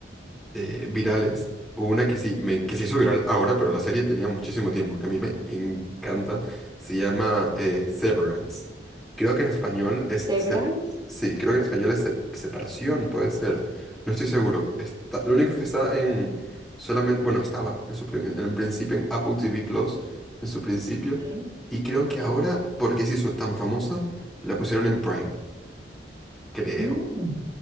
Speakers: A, in the centre; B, on the right.
A: eh, virales. Hubo una que sí, me- que se hizo viral ahora, pero la serie tenía muchísimo tiempo, que a mí me encanta. Se llama eh, Severance. Creo que en español es...
B: The Brands,
A: sep- sí, creo que en español es sep- separación, puede ser. No estoy seguro. Está, lo único es que está en... Solamente, bueno, estaba en su, pri- en principio en Apple TV Plus, en su principio.
B: ok.
A: Y creo que ahora, porque se hizo tan famosa, la pusieron en Prime, creo.
B: Mm.